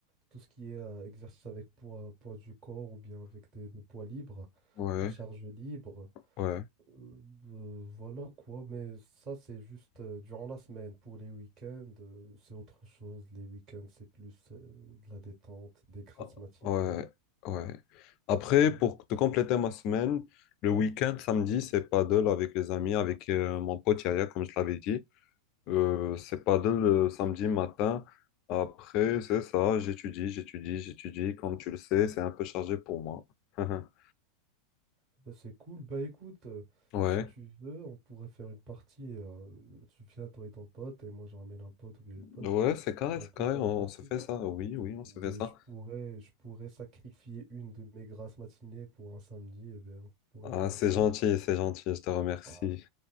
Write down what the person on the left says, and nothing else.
Ouais,
ouais,
Ah,
ouais, ouais. Après,
pour te compléter ma semaine, le
week-end, samedi, c'est paddle avec les amis, avec euh, mon pote Yaya, comme je l'avais dit. Euh, c'est paddle le samedi matin. Après, c'est ça, j'étudie, j'étudie, j'étudie. Comme tu le sais, c'est un peu chargé pour moi. <laughs>
Ouais.
Ouais, c'est carré,
c'est
carré,
on,
on se fait ça. Oui, oui, on
se fait ça.
Ah,
c'est
gentil, c'est gentil, je te remercie.